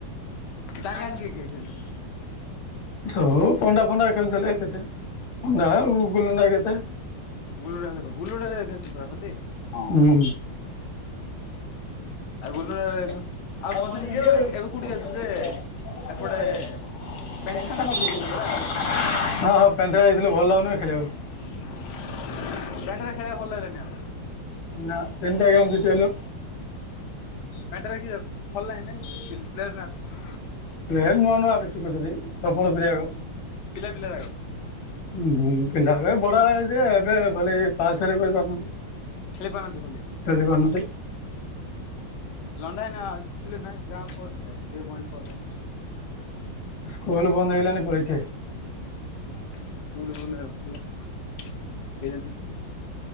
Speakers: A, on the left; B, on the left.
A: ତାଙ୍କ
B: କାଇଁ
A: ଆନ
B: କାନଚୁ
A: କିଏ କିଏ
B: ତୁ?
A: ଖେଳୁଥିଲେ?
B: ସବୁ ପଣ୍ଡା ଫଣ୍ଡା ଖେଳିଥିଲେ କେତେ। ପଣ୍ଡା ଆଉ ଗୁଲଣ୍ଡା <inaudible> କେତେ?
A: ଗୁଲୁଣ୍ଡା ହେଲେ ଭ, ଗୁଲୁଣ୍ଡା ର ଏଇଥର ଯିବା ହୋଲି।
B: ହୁଁ। <inaudible>
A: ଆଉ ଗୁଲୁଣ୍ଡା ରେ
B: ହଁ,
A: ଆଉ ମଝିରେ ଇଏ ଗୋଟେ
B: ହଁ
A: ଏବେ କୋଉଠି ଯାଇଥିଲୁ ଯେ
B: ପେଣ୍ଡରା
A: ଏପଟେ
B: ଯାଇଥିଲୁ ଭଲ
A: ପେଣ୍ଠା ନା କୋଉଠି ଯାଇଥିଲେ
B: ହଉନି
A: ପରା
B: ରେ ଖେଳିଆକୁ।
A: ପେଣ୍ଠେରା ଖେଳିଆ ଭଲ ଲାଗିଲାନି ଆଉ।
B: ନା ତିନଟା ଗେମ୍ ଜିତିଗଲୁ।
A: ପାଣ୍ଟରା କିଏ ଯାଉଚି ଭଲ ଲାଗି ନାଇଁ <inaudible> ପ୍ଲେୟାର୍ ନାହାଁନ୍ତି।
B: ପ୍ଲେୟାର୍ ନୂଆ ନୂଆ ଏବେ ଶିଖୁଛନ୍ତି। ତପଣ ପ୍ରିୟାର
A: ପିଲା ପିଲା ଲାଗିବ।
B: ଉଁ, ପିଲା ହେକା ଏ ବଡ ଆ, ହେଇଥିବେ ଏବେ ଭଲ କି ପାସ୍ ହେଲେ କରିପାରୁ ନାହାଁନ୍ତି।
A: ଖେଳିପାରନ୍ତି
B: ଖେଳି
A: ହୋଲି
B: ପାରୁ ନାହାନ୍ତି।
A: ଲଣ୍ଡା ଭାଇନା ଥିଲେ ନା ଗାଁ ପରେ ଏ ଦିପହଣ୍ଡି ପରେ?
B: ସ୍କୁଲ୍ ବନ୍ଦ ହେଇଗଲାଣି ପଳେଇଥିବେ।
A: ଆଚ୍ଛା, ସ୍କୁଲ୍ ଫୁଲ୍ ଏ ଖୋଲା ହେଲାନି।